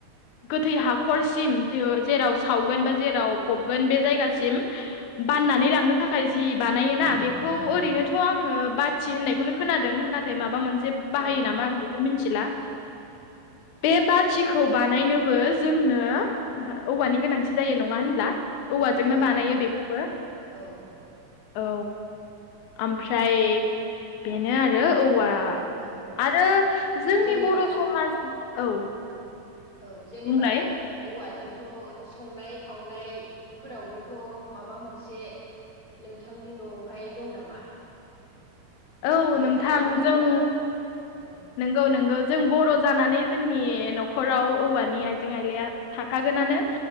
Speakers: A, on the left; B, on the left.
A: गोथै हाखरसिम जेराव सावगोन बा जेराव फबगोन बे जायगासिम बाननानै लांनो थाखाय जि बानायोना बेखौ ओरैनोथ' आङो थि होननायखौनो खोनादों नाथाय माबा मोनसे बाहायो
B: ओ
A: नामा मिथिला बे बाथिखौ बानायनोबो जोंनो औवानि गोनांथि जायो नङा होनब्ला औव जोंनो
B: ओ
A: बानायाय बेु ब
B: औ
A: औ ओमफ्राय बेनो आरो औवा
B: औ
A: आरो जोंनि
B: जेनेबा
A: बर' समाज औ
B: औ जेनेबा
A: बुंलाय
B: औवाजोंथ' संनाय खावनायफोरावबोथ' माबा मोनसे नोंथांनि न'आवहाय दं नामा
A: औ
B: जेनेबा
A: नोंथां
B: आइजें
A: जों
B: आइला औ
A: नंगौ नंगौ जों बर' जानानै जोंनि न'खराव औवानि आइजें आइलाया थाखागोनानो